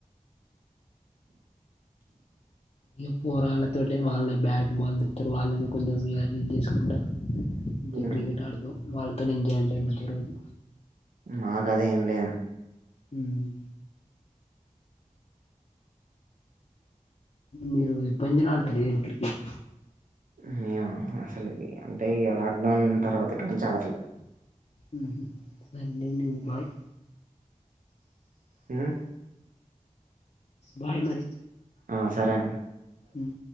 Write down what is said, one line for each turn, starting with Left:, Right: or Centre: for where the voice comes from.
Left: ఇగ పోరాళ్ళతోటే వాళ్ళే బ్యాట్ బాల్ దెత్తారు వాళ్ళని కొంచెం <unintelligible> చేసుకుంటా ఇంక
Right: హ్మ్.
Left: క్రికెట్ ఆడుతాం వాళ్ళ తని ఎంజాయ్ అండి మంచి రోజు
Right: మాకది ఏం లే
Left: ఉమ్ మీరు ఎప్ప <unintelligible> నాడుతలేదు క్రికెట్
Right: మేమ అసలికి అంటే ఇగ లాక్ డౌన్ తర్వాత కల్చి ఆడతలేం
Left: మ్మ్ హ్మ్ సర్లే అండి ఇంగబాయ్
Right: హ్మ్
Left: బాయ్ మరి
Right: ఆ సరే అం
Left: ఉమ్